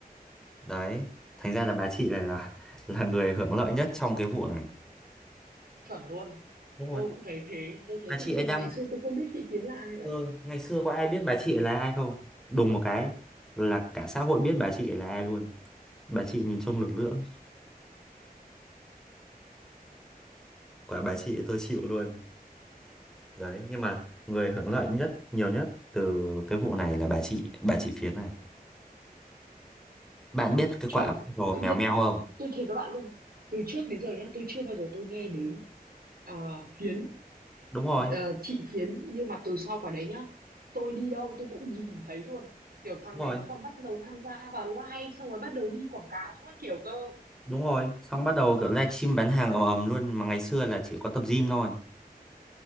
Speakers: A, in the centre; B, on the right.
A: đấy thành ra là bà chị này là là người hưởng lợi nhất trong cái vụ này
B: chuẩn luôn
A: đúng rồi
B: tôi cũng thấy thế tôi thấy
A: bà
B: tự
A: chị
B: nhiên
A: ấy đăng
B: ngày xưa tôi không biết chị Yến là ai cả
A: Ừ, ngày xưa có ai biết bà chị là ai không? Đùng một cái là cả xã hội biết bà chị là ai luôn. Bà chị nhìn trông lực lưỡng, quả bà chị tôi chịu luôn. Đấy, nhưng mà người hưởng lợi nhất, nhiều nhất từ cái vụ này là bà chị, bà chị Phiến này. Bạn biết cái
B: chuẩn
A: quả rồi
B: tự
A: mèo
B: nhiên
A: meo không?
B: tôi thấy với bạn luôn từ trước đến giờ nhá tôi chưa bao giờ tôi nghe đến à, Phiến
A: Đúng rồi,
B: ờ, thị phiến nhưng mà từ sau quả đấy nhá tôi đi đâu tôi cũng nhìn thấy luôn kiểu thằng
A: đúng rồi,
B: này nó còn bắt đầu tham gia vào live xong rồi bắt đầu đi quảng cáo các kiểu cơ
A: đúng rồi. Xong bắt đầu kiểu livestream bán hàng ầm ầm luôn mà ngày xưa là chỉ có tập gym thôi.